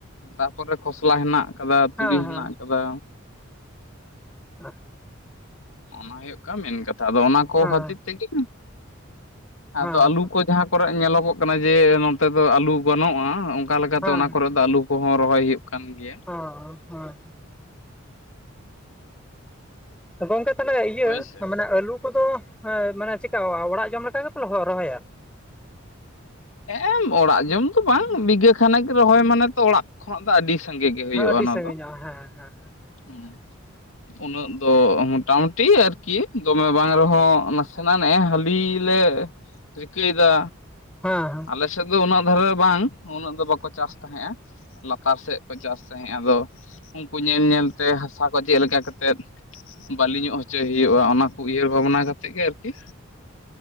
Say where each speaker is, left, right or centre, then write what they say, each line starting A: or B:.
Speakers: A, on the left (about 75°); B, in the centre.
A: ᱛᱟᱯᱚᱨᱮ ᱠᱷᱚᱥᱞᱟ ᱦᱮᱱᱟᱜ ᱠᱟᱫᱟ
B: ᱦᱮᱸ
A: ᱛᱩᱲᱤ
B: ᱦᱮᱸ
A: ᱦᱮᱱᱟᱜ ᱠᱟᱫᱟ
B: ᱦ <inaudible>
A: ᱚᱱᱟ ᱦᱩᱭᱩᱜ ᱠᱟᱱᱟ ᱢᱮᱱ ᱠᱟᱛᱷᱟ ᱟᱫᱚ ᱚᱱᱟ
B: ᱦᱮᱸ
A: ᱠᱚ ᱠᱷᱟᱹᱛᱤᱨ ᱛᱮᱜᱮ
B: ᱦᱮᱸ
A: ᱟᱫᱚ ᱟᱞᱩ ᱠᱚ ᱡᱟᱦᱟᱸ ᱠᱚᱨᱮ ᱧᱮᱞᱚᱜᱚᱜ ᱠᱟᱱᱟ ᱡᱮ ᱱᱚᱱᱛᱮ ᱫᱚ ᱟᱞᱩ ᱵᱟᱹᱱᱩᱜᱼᱟ ᱚᱱᱠᱟ ᱞᱮᱠᱟᱛᱮ
B: ᱦᱮᱸ
A: ᱚᱱᱟ ᱠᱚᱨᱮ ᱫᱚ ᱟᱞᱩ ᱠᱚᱦᱚᱸ ᱨᱚᱦᱚᱭ ᱦᱩᱭᱩᱜ ᱠᱟᱱ ᱜᱮᱭᱟ ᱾
B: ᱚ ᱦᱚᱸ ᱜᱚᱝᱠᱮ ᱛᱟᱦᱚᱞᱮ ᱤᱭᱟᱹ
A: ᱦᱳᱭ ᱥᱮ
B: ᱢᱟᱱᱮ ᱟᱹᱞᱩ ᱠᱚᱫᱚ ᱢᱟᱱᱮ ᱪᱤᱠᱟᱼᱟ ᱚᱲᱟᱜ ᱡᱚᱢ ᱞᱮᱠᱟ ᱜᱮᱯᱮ ᱞᱚ ᱨᱚᱦᱚᱭᱟ?
A: ᱮᱸ ᱚᱲᱟᱜ ᱡᱚᱢ ᱫᱚ ᱵᱟᱝ ᱵᱤᱜᱷᱟᱹ ᱠᱷᱟᱱᱮᱠ ᱜᱮ ᱨᱚᱦᱚᱭ ᱢᱟᱱᱮ ᱛᱚ ᱚᱲᱟᱜ ᱠᱷᱚᱱᱟᱜ ᱫᱚ ᱟᱹᱰᱤ ᱥᱟᱸᱜᱮ ᱜᱮ ᱦᱩᱭᱩᱜᱼᱟ
B: ᱦᱮᱸ ᱟᱹᱰᱤ
A: ᱚᱱᱟ
B: ᱥᱟᱺᱜᱤᱧᱚᱜᱼᱟ
A: ᱫᱚ
B: ᱦᱮᱸ ᱦᱮᱸ
A: ᱦᱮᱸ ᱩᱱᱟᱹᱜ ᱫᱚ ᱢᱚᱴᱟᱢᱩᱴᱤ ᱟᱨᱠᱤ ᱫᱚᱢᱮ ᱵᱟᱝ ᱨᱮᱦᱚᱸ ᱱᱟᱥᱮᱱᱟᱜ ᱱᱮ ᱦᱟᱹᱞᱤ ᱞᱮ ᱨᱤᱠᱟᱹᱭᱮᱫᱟ
B: ᱦᱮᱸ-ᱮᱸ᱾
A: ᱟᱞᱮ ᱥᱮᱫ ᱫᱚ ᱩᱱᱟᱹᱜ ᱫᱷᱟᱨᱮ ᱵᱟᱝ ᱩᱱᱟᱹᱜ ᱫᱚ ᱵᱟᱠᱚ ᱪᱟᱥ ᱛᱟᱦᱮᱸᱜᱼᱟ ᱞᱟᱛᱟᱨ ᱥᱮᱫ ᱠᱚ ᱪᱟᱥ ᱛᱟᱦᱮᱸᱜ ᱟᱫᱚ ᱩᱱᱠᱩ ᱧᱮᱞ ᱧᱮᱞ ᱛᱮ ᱦᱟᱥᱟ ᱠᱚ ᱪᱮᱫ ᱞᱮᱠᱟ ᱠᱟ ᱠᱟᱛᱮᱫ ᱵᱟᱹᱞᱤ ᱧᱚᱜ ᱦᱚᱪᱚᱭ ᱦᱩᱭᱩᱜᱼᱟ ᱚᱱᱟ ᱠᱚ ᱩᱭᱦᱟᱹᱨ ᱵᱷᱟᱵᱽᱱᱟ ᱠᱟᱛᱮᱫ ᱜᱮ ᱟᱨᱠᱤ,